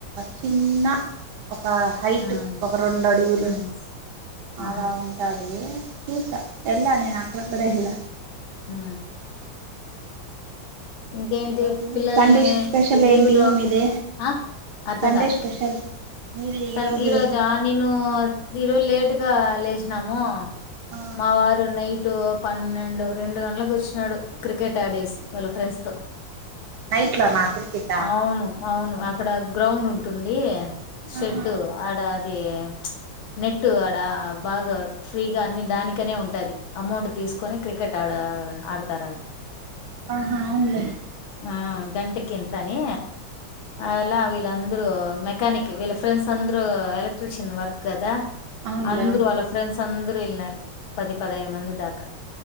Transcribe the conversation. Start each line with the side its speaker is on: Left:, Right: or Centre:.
Right: చిన్న ఒక హైట్
Left: ఉమ్
Right: ఒక రెండు అడుగులు
Left: ఉమ్
Right: అలా
Left: ఆహా
Right: ఉం అది చూసా ఎల్ల నేను అక్కడ కూడా ఎల్ల
Left: హ ఇంకేంటి
Right: ఈ రోజు
Left: పిల్లల్ని
Right: సండే స్పెషల్
Left: ఈ లీవ్
Right: ఏంటి
Left: లో
Right: మీది
Left: ఆ అర్థం
Right: సండే
Left: కాలే
Right: స్పెషల్ మీది
Left: సన్
Right: ఈరోజు
Left: ఈ రోజా నేను ఈరోజు లేట్గా లేసినాము
Right: ఆ
Left: మా వారు నైట్ పన్నెండు రెండు గంటలకు వచ్చినాడు క్రికెట్ ఆడేసి వాళ్ళ ఫ్రెండ్స్ తో
Right: నైట్లోనా క్రికెటా
Left: అవును అవును అక్కడ గ్రౌండ్ ఉంటుంది షెడ్డు
Right: ఆహా
Left: ఆడ అది నెట్టు అడ బాగా ఫ్రీగా అన్ని దానికనే ఉంటది అమౌంట్ తీసుకొని క్రికెట్ ఆడ ఆడతారు ఆడ
Right: ఆహా అవునులే
Left: ఆ గంటకింతని అలా వీళ్ళందరూ మెకనిక్ వీళ్ళ ఫ్రెండ్స్ అందరు ఎలక్ట్రిషియన్ వర్క్ కదా
Right: అవునులే
Left: అందరు
Right: అవునులే
Left: వాళ్ళ ఫ్రెండ్స్ అందరూ వెళ్ళినారు పది పదహేదు మంది దాకా